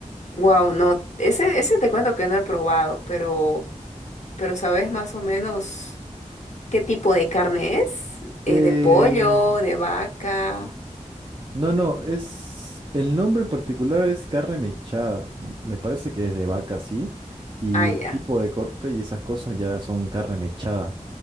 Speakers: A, on the left; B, on the right.
A: Wow, no, ese, ese te cuento que no he probado, pero, pero ¿sabes más o menos qué tipo de carne es? ¿Es
B: Eh,
A: de pollo, de vaca?
B: no, no, es... El nombre en particular es carne mechada. m- Me parece que es de vaca, sí. Y
A: Ah,
B: el
A: ya.
B: tipo de corte y esas cosas ya son carne mechada.